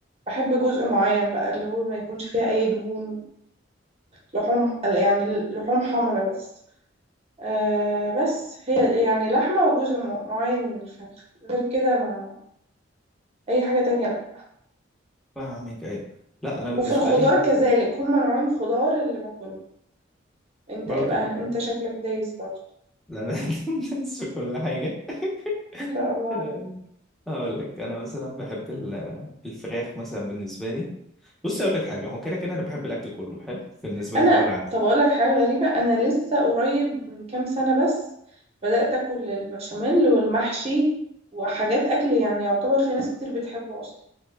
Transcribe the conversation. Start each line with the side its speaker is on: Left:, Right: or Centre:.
Right: بحب جزء معين بقى اللي هو ما يكونش فيها اي دهون لحوم يعني لحوم حمرا بس آه بس هي يعني لحمة وجزء مع- معين من الفرخ غير كده ما اي حاجة تانية لا
Centre: فاهمك ايوه لا انا بالنسبه
Right: وفي الخضار
Centre: لي
Right: كذلك هما نوعين خضار اللي باكلهم انت
Centre: برضه
Right: إيه بقى
Centre: قلت
Right: انت شكلك دايس برضه
Centre: لا انا <laughs> بنسى كل حاجه
Right: شاء
Centre: <laughs>
Right: الله عليك
Centre: هقول لك انا مثلا بحب ال- الفراخ مثلا بالنسبه لي بص اقول لك حاجه هو كده كده انا بحب الاكل كله حلو بالنسبه
Right: انا
Centre: لي اللي هو العادي
Right: طب اقول لك حاجه غريبه انا لسه قريب من كام سنه بس بدات اكل البشاميل والمحشي وحاجات اكل يعني يعتبر في ناس كتير بتحبه اصلا